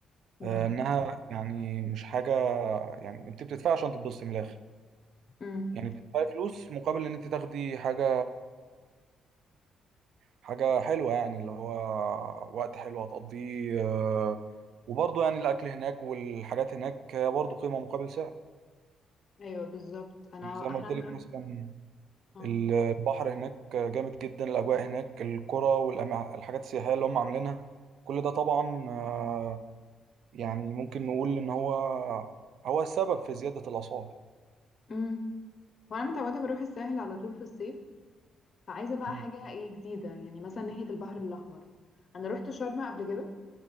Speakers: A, on the left; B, on the right.
A: امم
B: آه، انها يعني مش حاجه يعني انت بتدفعي عشان تتبسطي من الاخر
A: امم
B: يعني بتدفعي فلوس مقابل ان انت تاخدي حاجه حاجه حلوه يعني اللي هو وقت حلو هتقضيه آه، وبرضه يعني الاكل هناك والحاجات هناك برضه قيمه مقابل سعر
A: ايوه بالظبط انا
B: يعني زي ما
A: احنا
B: قلت لك مثلا
A: اه
B: ال- البحر هناك جامد جدا الاجواء هناك القرى والحاجات السياحيه اللي هم عاملينها كل ده طبعا آه، يعني ممكن نقول ان هو هو السبب في زياده الاسعار
A: امم وانا متعوده بروح الساحل على طول في الصيف فعايزه بقى
B: مم.
A: حاجه ايه جديده يعني مثلا ناحيه البحر الاحمر انا رحت شرم قبل كده